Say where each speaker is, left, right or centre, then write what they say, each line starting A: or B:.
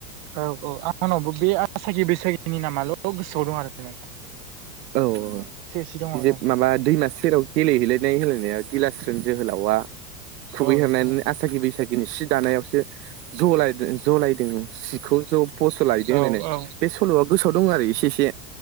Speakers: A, on the right (about 35°); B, on the right (about 75°).
A: औ औ आंनावबो बे आसागि बैसागिनि नामाल' गोसोआव दं आरोना नोंथां
B: औ औ
A: एसे एसे दङ
B: बिजे
A: औ
B: माबा दैमा सेराव गेलेहैलायनाय होनलायनाया गिलास्रोन जोहोलावा खुबैहरनानै
A: औ नोंथां औ
B: आसागि बैसागि गिनि सि दानायावसो जलायदो जलायदों सिखौ ज' <unintelligible> बसलाहैदों
A: औ
B: होनलायनाय
A: औ
B: बे सल'आ गोसोआव दं आरो इसे इसे